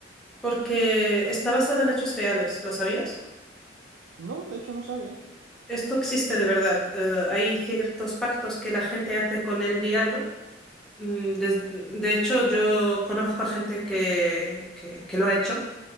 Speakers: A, in the centre; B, on the right (about 80°).
A: porque está basada en hechos reales, ¿lo sabías?
B: No, de hecho no sabía.
A: Esto existe de verdad. Eh, hay ciertos pactos que la gente hace con el diablo. Mm, des- de hecho, yo conozco a gente que, que, que lo ha hecho.